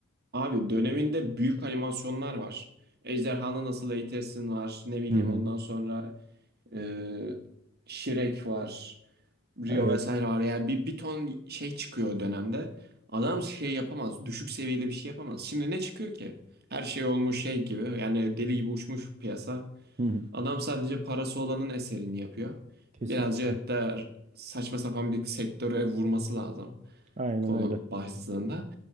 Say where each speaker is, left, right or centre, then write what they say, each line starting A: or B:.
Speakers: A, on the right; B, on the right.
A: Abi döneminde büyük animasyonlar var. Ejderhanı Nasıl Eğitirsin var. Ne bileyim
B: Hı hı.
A: ondan sonra e, Shrek var. Rio
B: Evet.
A: vesaire var. Yani bir, bir ton şey çıkıyor o dönemde. Adam şey yapamaz. Düşük seviyeli bir şey yapamaz. Şimdi ne çıkıyor ki? Her şey olmuş şey gibi. Yani deli gibi uçmuş piyasa.
B: Hı hı.
A: Adam sadece parası olanın eserini yapıyor.
B: Kesinlikle.
A: Birazcık da saçma sapan bir sektöre vurması lazım
B: Aynen
A: konu
B: öyle.
A: başlığında.